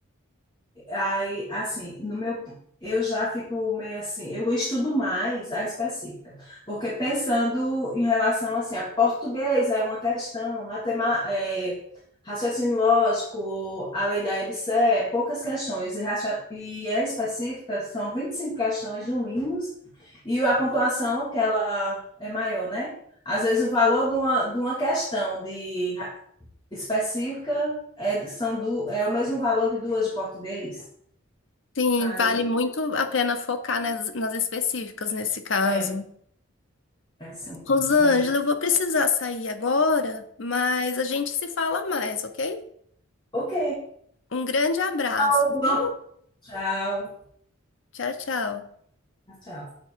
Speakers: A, on the left; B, on the left.
A: Aí, assim, no meu, eu já fico meio assim, eu estudo mais a específica, porque pensando em relação assim, a português é uma questão, a tema, é, raciocínio lógico, a lei da EBC, é poucas questões, e, racio- e a específica são 25 questões no mínimo, e a pontuação que ela é maior, né? Às vezes o valor de uma, de uma questão de ra- específica é, são do, é o mesmo valor de duas de português.
B: Sim,
A: Aí,
B: vale muito a pena focar nas, nas específicas nesse caso.
A: é, é sim,
B: Rosângela,
A: também.
B: eu vou precisar sair agora, mas a gente se fala mais, ok?
A: Ok,
B: Um grande abraço,
A: Alguma
B: viu?
A: tchau,
B: Tchau, tchau.
A: tchau.